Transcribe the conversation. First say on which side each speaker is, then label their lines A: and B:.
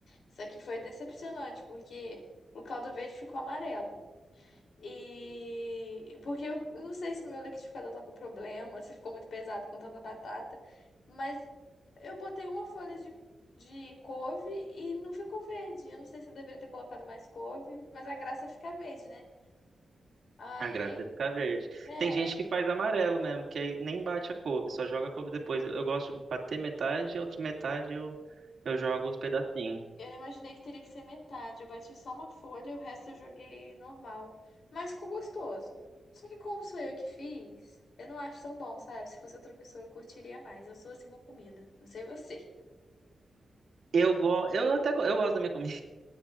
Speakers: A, on the left; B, on the right.
A: Só que foi decepcionante, porque o caldo verde ficou amarelo. E porque eu não sei se meu liquidificador tá com problema, <laughs> se ficou muito pesado com tanta batata, mas eu botei uma folha de, de couve e não ficou verde. Eu não sei se eu deveria ter colocado mais couve, mas a graça é ficar verde, né? Aí,
B: A graça é ficar verde.
A: é.
B: Tem gente que faz amarelo mesmo, que aí nem bate a couve, só joga a couve depois. Eu, eu gosto de bater metade, e a outra metade eu, eu jogo os pedacinhos.
A: Eu não imaginei que teria que ser metade. Eu bati só uma folha e o resto eu joguei normal. Mas ficou gostoso. Só que como sou eu que fiz, eu não acho tão bom, sabe? Se fosse outra pessoa, eu curtiria mais. Eu sou assim com comida. Não sei você.
B: Eu, go eu até go eu gosto da minha comida.